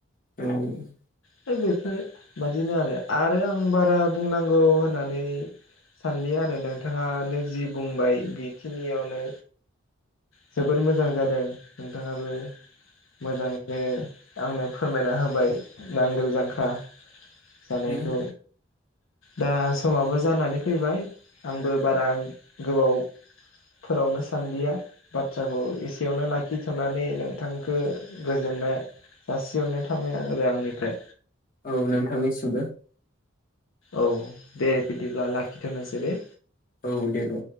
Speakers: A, on the left; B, on the left.
A: औ
B: है बेफोर बादिनो आरो आरो आं बारा बुंनांगौ होननानै सानलि आरो नोंथाङानो जि बुंबाय बेखिनियावनो जोबोद मोजां जादों नोंथाङाबो मोजाङैनो आंनो फोरमायना होबाय नांगोल जांख्रा जानायखौ
A: औ
B: दा समाबो जानानै फैबाय आंबो बारा गोबाव फोलावनो सानदिया बाथ्राखौ एसेयावनो लाखिथ'नानै नोंथांखो गोजोननाय जासिहरनाय थाबाय आरो आंनिफ्राय
A: औ नोंथांनिसिमबो
B: औ दे बिदिब्ला लाखिथ'नोसै दे
A: औ दे दे